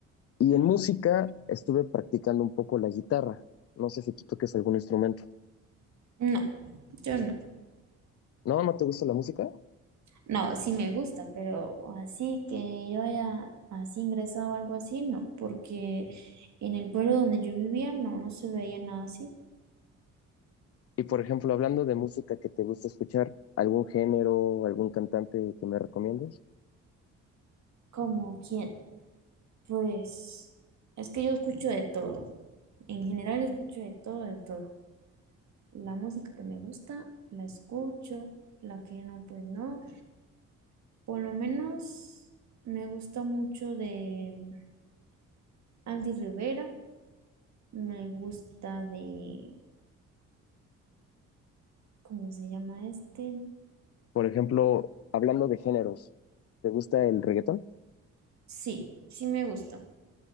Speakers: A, on the left (about 50°); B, on the right (about 65°).
A: Y en música estuve practicando un poco la guitarra. No sé si tú toques algún instrumento.
B: No, yo no.
A: ¿No? ¿No te gusta la música?
B: No, sí me gusta, pero así que yo haya así ingresado o algo así, no, porque en el pueblo donde yo vivía no, no se veía nada así.
A: Y por ejemplo, hablando de música que te gusta escuchar, ¿algún género, algún cantante que me recomiendes?
B: como quién? Pues es que yo escucho de todo. En general yo escucho de todo, de todo. La música que me gusta, la escucho, la que no, pues no. Por lo menos me gusta mucho de Andy Rivera, me gusta de, ¿cómo se llama este?
A: Por ejemplo, hablando de géneros, ¿te gusta el reggaetón?
B: Sí, sí me gusta,